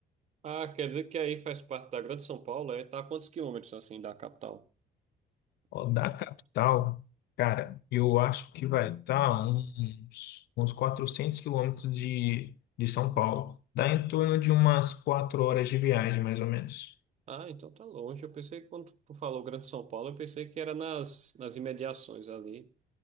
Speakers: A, on the right; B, on the left.
A: Ah, quer dizer que aí faz parte da Grande São Paulo, é? Tá a quantos quilômetros assim da capital?
B: Ó, da capital, cara, eu acho que vai estar uns, uns 400 quilômetros de, de São Paulo. Dá em torno de umas quatro horas de viagem, mais ou menos.
A: Ah, então tá longe. Eu pensei que quando tu falou Grande São Paulo, eu pensei que era nas, nas imediações ali,